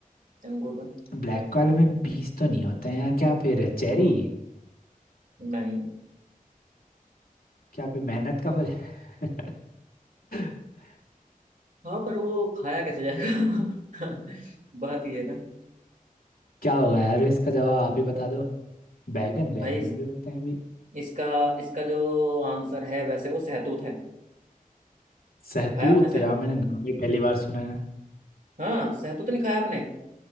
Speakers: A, on the right (about 65°); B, on the left (about 85°).
A: अंगूर में
B: ब्लैक वाले में बीज तो नहीं होते हैं यार क्या फिर है? चेरी
A: और नहीं
B: क्या फिर मेहनत का फल है? <laughs>
A: हाँ पर वो खाया कैसे जाएगा <laughs> बात ये है ना
B: क्या होगा यार इसका जवाब आप ही बता दो बैगन बैगन
A: भाई इस-
B: में भी होते हैं बीज
A: इसका इसका जो आंसर है वैसे वो सहतूत है
B: सहतूत
A: खाया आपने सहतूत
B: यार मैंने नाम ही पहली बार सुना
A: हाँ सहतूत नहीं खाया आपने